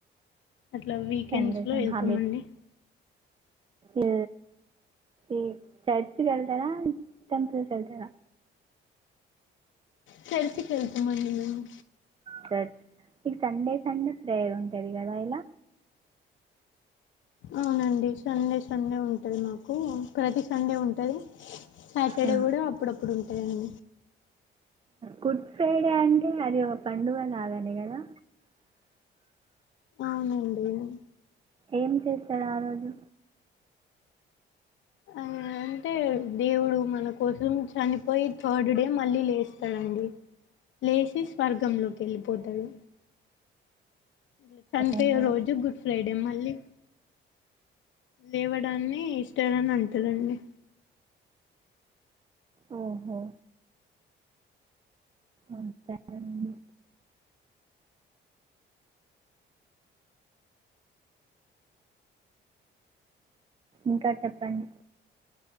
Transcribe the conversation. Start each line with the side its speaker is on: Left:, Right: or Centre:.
Left: అట్లా వీకెండ్స్లో
Right: సండే సండే
Left: వెళ్తామండి
Right: హాల్డే ఉ ఇ చర్చ్ కెళ్తారా టెంపుల్కెళ్తారా?
Left: చర్చికెళ్తామండి మేము
Right: షట్ ఇ సండే సండే ప్రేయరుంటది కదా ఇలా
Left: అవునండి. సండే సండే ఉంటది మాకు ప్రతి సండే ఉంటది. సాటర్డే
Right: మ్మ్.
Left: కూడ అప్పుడప్పుడు ఉంటాయండి.
Right: గుడ్ ఫ్రైడే అంటె అది ఒగ పండుగ లాగానే గదా!
Left: అవునండి
Right: ఏం చేస్తారు ఆ రోజు?
Left: ఆ అంటే దేవుడు మన కోసం చనిపోయి థర్డ్ డే మళ్ళీ లేస్తాడండి లేచి స్వర్గంలోకెళ్ళిపోతాడు. ఇట్ల చనిపోయే
Right: ఓహో
Left: రోజు గుడ్ ఫ్రైడే మళ్ళీ లేవడాన్ని ఈస్టర్ అని అంటారండి.
Right: ఓహో ఓకె అండి. ఇంకా చెప్పండి